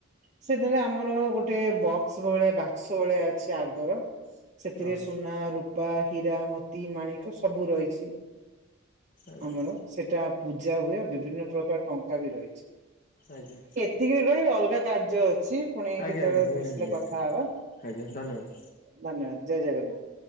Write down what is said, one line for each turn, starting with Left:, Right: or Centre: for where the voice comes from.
Right: ସେଥିରେ ଆମର ଗୋଟେ ବକ୍ସ ଭଳିଆ ବାକ୍ସ ଭଳିଆ ଅଛି ଆଗର ସେଥିରେ
Left: ଓହୋ
Right: ସୁନା ରୂପା ହୀରା ମୋତି ମାଣିକ ସବୁ ରହିଚି।
Left: ଆଜ୍ଞା
Right: ଆମର ସେଟା ପୂଜା ହୁଏ ବିଭିନ୍ନ ପ୍ରକାର ଟଙ୍କା ବି ରହିଚି।
Left: ଆଜ୍ଞା।
Right: <unintelligible> ରହେ ଅଲଗା କାର୍ଯ୍ୟ ଅଛି ପୁଣି
Left: ଆଜ୍ଞା
Right: କେତେବେଳେ
Left: ଆଜ୍ଞା ନିହାତି
Right: ମିଶିଲେ
Left: ନିହାତି
Right: କଥା ହବା।
Left: ଆଜ୍ଞା ଧନ୍ୟବାଦ।
Right: ଧନ୍ୟବାଦ ଜୟ ଜଗନ୍ନାଥ।